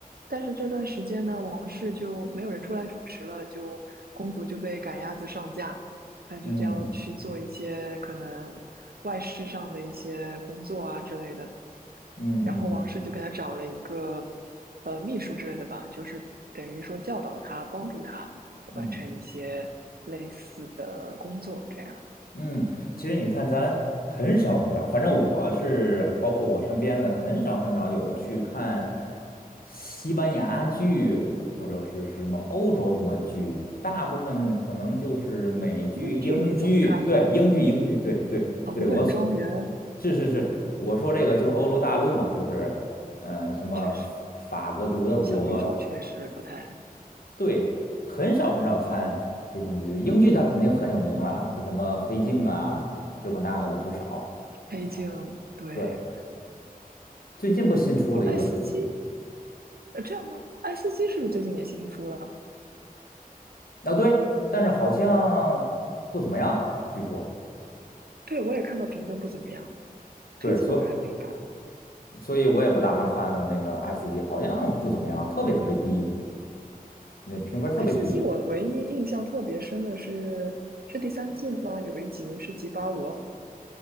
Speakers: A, on the right (about 85°); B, on the left (about 75°).
A: 但是这段时间呢，王室就没有人出来主持了，就公主就被赶鸭子上架，她就就要去做一些可能
B: 嗯
A: 外事上的一些工作啊之类的。
B: 嗯嗯嗯
A: 然后王室就给她找了一个呃秘书之类的吧，就是等于说教导她，帮助她完成一些类似的工作。
B: 嗯
A: 这样，
B: 嗯，其实你看，咱很少很少，反正我是包括我身边的，很少很少有去看西班牙剧或者是什么欧洲什么剧，大部分可能就是美剧、
A: 英剧你总看吧，
B: 英剧，对，英剧、英剧，对对对，
A: 《唐顿庄园》
B: 我所是是是，我说这个就是欧洲大陆嘛，就是呃什么法
A: 确实，
B: 法国、德国。
A: 小语种确实不太，
B: 对，很少很少看这种剧，英剧它肯定很有名了啊，它什么《黑镜》啊，这个那个的不少
A: 黑镜
B: 啊。
A: 对，
B: 对，最近不新出了一个《黑镜》
A: 哦，爱斯基，呃，这样吗？爱斯基是不是最近也新出了？
B: 啊，对，但是好像不怎么样，据说。
A: 对，我也看到评分不怎么样，
B: 对，
A: 黑镜我还没看。
B: 所所以我也不打算看了那个 S 级，好像不怎么样，特别特别低，那评分特别低。
A: 爱斯基我唯一印象特别深的是是第三季吗？有一集是吉巴罗，